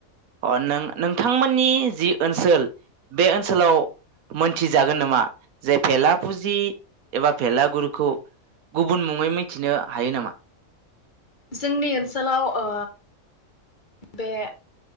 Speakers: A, on the right (about 85°); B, on the left (about 40°).
A: अ नों नोंथांमोननि जि ओनसोल बे ओनसोलाव
B: औ
A: मोन थिजागोन नामा जे फेला फुजि एबा फेलागुरखौ गुबुन मुङै मिथिनो हायो नामा?
B: जोंनि ओनसोलाव ओ बे